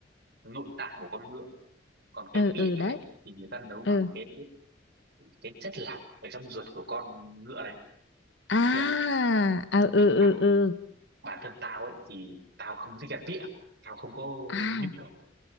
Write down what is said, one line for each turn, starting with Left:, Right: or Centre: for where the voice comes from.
Right: nội tạng của con ngựa còn cái
Left: ừ
Right: pịa
Left: ừ
Right: ấy
Left: đấy
Right: thì người ta nấu
Left: ừ
Right: bằng cái cái chất lạc ở trong ruột của con ngựa đấy
Left: à
Right: chưa
Left: à
Right: nhưng
Left: ừ
Right: mà bản
Left: ừ ừ
Right: bản thân tao ấy thì tao không thích ăn vịa tao không có
Left: à
Right: nhu cầu